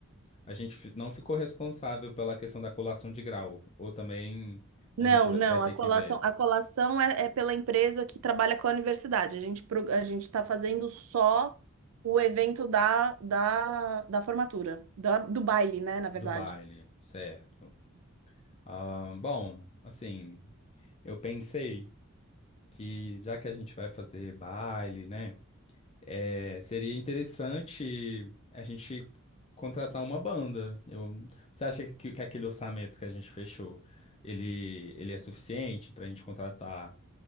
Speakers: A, on the left (about 30°); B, on the right (about 70°).
A: a gente fi- não ficou responsável pela questão da colação de grau, ou também
B: Não,
A: a gente vai
B: não,
A: vai ter
B: a colação,
A: que ver
B: a colação é, é pela empresa que trabalha com a universidade. A gente, pro- a gente está fazendo só o evento da, da, da formatura, da- do baile, né, na verdade.
A: do baile, certo? Ah, bom, assim, eu pensei que já que a gente vai fazer baile, né? É, seria interessante a gente contratar uma banda. Eu- você acha que, que aquele orçamento que a gente fechou, ele, ele é suficiente para a gente contratar?